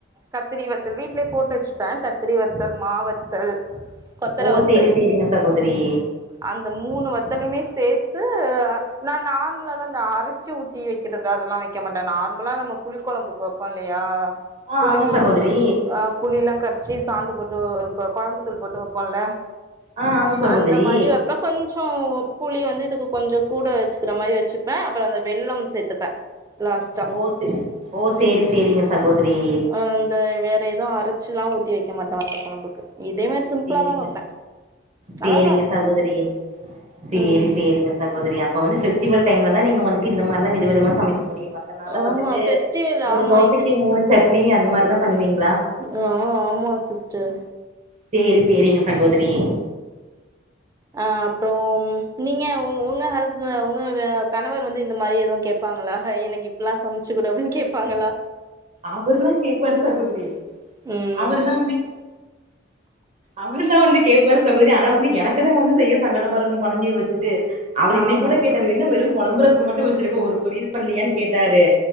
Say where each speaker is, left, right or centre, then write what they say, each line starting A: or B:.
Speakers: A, on the right (about 20°); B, on the right (about 35°).
A: கத்திரி வத்தல் வீட்லே போட்டு வச்சுப் பே கத்தரி வத்தல் மா வத்தல் கொத்தர
B: ஓ
A: வத்தல்
B: சேரி சேரிங்க சகோதரி
A: அந்த மூணு வத் வத்தலிமே சேத்து நா நர்மலா தா இந்த அரச்சி ஊத்தி வைக்கிறது அதெல்லா வைக்க மாட்ட நார்மலா நம்ம புளி கொழம்புக்கு வைப்போ இல்லையா
B: ஆ
A: புளியு
B: ஆமா சகோதரி
A: அ புளிலங் சி சாந்து பொட்டு கொழம்புதூள் போட்டு வப்போல
B: ஆ ஆமா சகோதரி
A: அந்த மாரி வைப்ப கொஞ் சோ புளி வந்து இதுக்கு கொஞ்சோ கூட வச்சுகிற மாரி வச்சுப்ப அப்றோ அந்த வெல்லம் சேத்துப்ப லாஸ்டா
B: ஓ சே ஓ சேரி சேரிங்க சகோதரி
A: அந்தை வேற எதுவு அரச்சிலா ஊத் வைக்க மாட்டோ வத்த கொழம்புக்கு
B: செரிங்க
A: தா வைப்பே
B: செரிங்க
A: நல்லாதா இருக்கு
B: சகோதரியே செரி
A: ம்
B: செரிங்க சகோதரி அப் அப்ப வந்து ஃபெஸ்டிவல் டைம்ல தா நீங்க வந்துட்டு இந்த மாரிலா விதமா விதமா சமைக்க முடியும் மத்த நாள்ல
A: ஆமா
B: வந்துட்டு
A: ஃபெஸ்டிவல்
B: ஒரு
A: ஆமா
B: தோசைக்கு
A: இந்த
B: மூணு சட் நீங்க அந்த மாரி தா பண்ணுவீங்
A: ஆ ஆமா சிஸ்டர்
B: செரி செரிங் எ சகோதரி
A: அ அப்றோ நீங்க உ உங்க ஹஸ்ப உங்க வ கணவர் வந்து இந்த மாரி எதுவு கேட்பாங்களா ஹய் எனக் இப்லா சமைச்சுக்குடு அப்டின்னு கேட்பாங்களா
B: அவருலா கேப்பாரு சகோதரி
A: ம்
B: அவருலா வந்து அவருலா வந்து கேப்பாரு சகோதரி ஆனா வந்து எனக்கு தா வந்து செய்ய சங்கடமா இருக்கும் கொழந்தைய வச்சுட்டு அவரு இன்னக்
A: ஆமா
B: கூட கேட்டாரு என்ன வெறும் கொழம்பு ரசோ மட்டும் வச் இவருக்கு ஒரு பொறியல் பண்லியன் கேட்டாரு